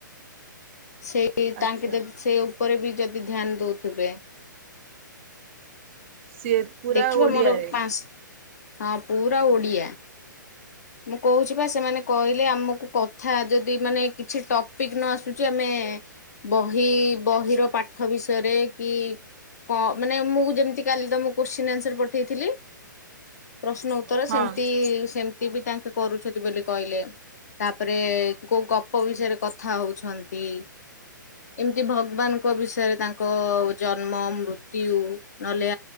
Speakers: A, on the left; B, on the right.
A: ସେଇ ତାଙ୍କେ
B: ଆଚ୍ଛା
A: ଯଦି ସେ ଉପରେ ବି ଯଦି ଧ୍ୟାନ ଦଉଥିବେ।
B: ସିଏ ପୁରା
A: ଦେଖିବ
B: ଓଡିଆରେ
A: ମୋର ପାଞ୍ଚ ହଁ ପୁରା ଓଡିଆ। ମୁଁ କହୁଛି ବା ସେମାନେ କହିଲେ ଆମକୁ କଥା ଯଦି ମାନେ କିଛି ଟପିକ୍ ନ ଆସୁଛି ଆମେ ବହି ବହିର ପାଟ ପାଠ ବିଷୟରେ କି କଣ ମାନେ ମୁଁ ଯେମିତି କାଲି ତମକୁ କୋଶ୍ଚିନ୍ ଆନ୍ସର ପଠେଇଥିଲି ପ୍ରଶ୍ନ ଉତ୍ତର
B: ହଁ।
A: ସେମିତି ସେଏମ୍ ସମିତି ବି ତାଙ୍କେ କରୁଛନ୍ତି ବୋଲି କହିଲେ ତାପରେ କୋଉ କୋଉ ବିଷୟରେ କଥା ହୋଉଛନ୍ତି? ଏମିତି ଭଗବାନଙ୍କ ବିଷୟରେ ତାଙ୍କ ଜନ୍ମ ମୃତ୍ୟୁ ନହେଲେ